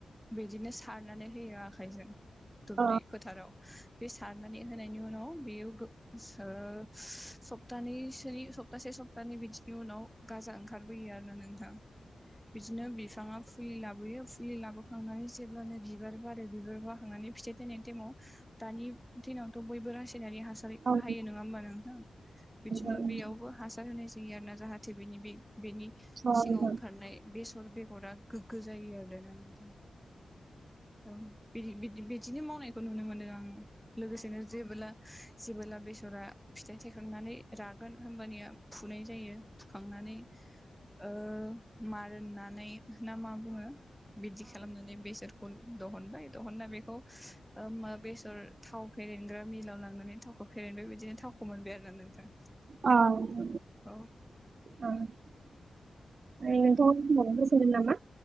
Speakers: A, in the centre; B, on the right (about 55°).
A: बिदिनो सारनानै होयो आखाइजों। दुब्लि
B: अ
A: फोथाराव बे सारनानै होनायनि उनाव बेयो गो सोर सप्तानैसोनि सप्तासे सप्तानै बिदिनि उनाव गाजा ओंखा खारबोयो आरो ना नोंथां बिदिनो बिफाङा फुलि लाबोयो फुलि लाबो हांनानै जेब्लानो बिबार बारो बिबार बारखांनानै फिथाइ थाइनायनि टाइमाव दानि दिनावथ बयबो रास सायनारि हासार
B: अ
A: बाहायो नङा होमबा नोंथां बिदिनो
B: अ
A: बेयावबो
B: औ
A: हासार होनाय जायो आरोना। जाहाथे बेनि बे बेनि
B: नोंथाङा
A: सिङाव ओंखारनाय
B: समावनो
A: बेसर बेगरा गोग्गो जायो आरो। बायना नोंथां औ बिदि बिदि बिदिनो मावनायखौ नुनो मोनदों आं। लोगोसेनो जेबोला जेबोला बेसरा फिथाइ थाइखांनानै रागोन होमबानिया फुनाय जायो थुखांनानै ओह मारान नानाय नामा बुङो बिदिखो? खालामनानै बेसरखौ दहनबाय दहनना बेखौ ओह मा बेसर थाव फेरेनग्रा मिलाव लांनानै थावखौ फेरेनबाय बिदिनो थावखौ मोनबाय आरो ना नोंथां।
B: अह उम
A: औ
B: ओं। <unintelligible> नामा